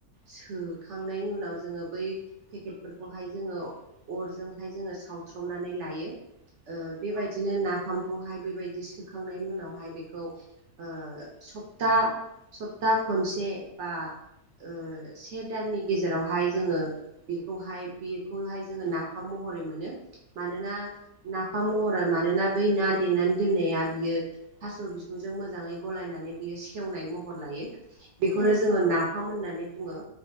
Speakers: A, on the right (about 65°); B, on the left (about 80°).
A: सोखांनायनि उनाव जोङो बै पेकेटफोरखौहाय जोङो अरजोंहाय जोङो सावथ्रमनानै लायो। ओ-बेबायदिनो नाफामखौहाय बेबायदि सोखांनायनि उनावहाय बेखौ ओ- सप्ता सप्ता खनसे बा ओ-से दाननि गेजेरावहाय जोङो बेखौहाय बेखौहाय जोङो नाफाम मह हरै मोनो मानोना नाफाम महरै मानोना बै ना देनानै दोननाया बियो। थास' बि बिजों मोजाङै गलायनानै बियो सेवनाय महर लायो। बेखौनो
B: उम उम औ उम औ उम
A: जोङो नाफाम होननानै बुङो।